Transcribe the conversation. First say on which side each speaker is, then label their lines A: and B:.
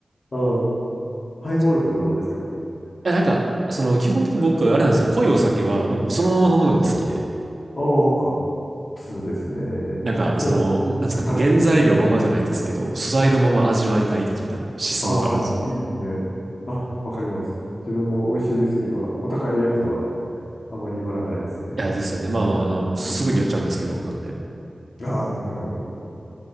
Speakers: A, on the left (about 75°); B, on the right (about 60°).
A: うん。ハイボールとかどうですか
B: いや、や、なんか、その、基本的に僕、
A: はい。
B: あれなんですよ。濃いお酒は、もう、そのまま飲むのが好きで。
A: おー、あ、2ですね。
B: なんか、
A: <laughs>
B: その、なんですかね、
A: はい。
B: 原材料ままじゃないですけど、素材のまま味わいたい的な思想がある。
A: はいああー、
B: い
A: いいですね。あ、わかります。自分も美味しいウイスキーは、お高いやつはあまり言らないですね。
B: や、ですよね。まあまあ、あの、すぐに酔っちゃうんですけど、
A: は
B: なんでで
A: い。ああ、なるほど。